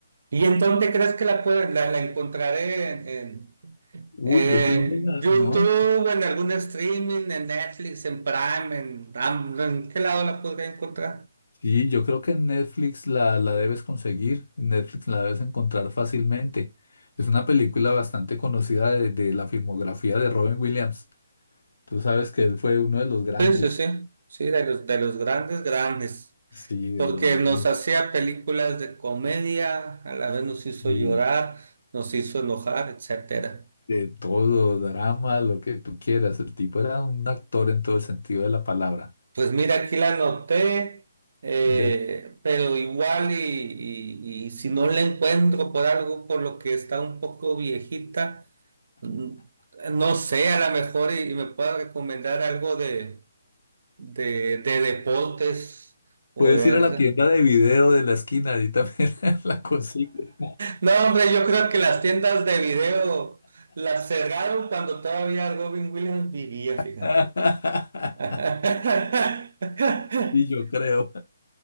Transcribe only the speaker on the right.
¿Y en dónde crees que la, puede- la, la encontraré? ¿En, en,
en
YouTube,
en algún streaming, en Netflix, en Prime, en, Am- ¿en qué lado la podría encontrar?
Sí, sí, sí. Sí, de los, de los grandes, grandes.
Porque
nos hacía películas de comedia, a la vez nos hizo
llorar, nos hizo enojar, etcétera.
Pues mira, aquí la anoté, eh,
pero igual y, y- y si no la encuentro por algo por lo que está un poco viejita, mm, no sé, a lo mejor y, y me pueda recomendar algo de, de, de deportes o
de...
<laughs>
No, hombre, yo creo que las tiendas de video las cerraron cuando todavía Robin Williams vivía, fíjate.
<laughs>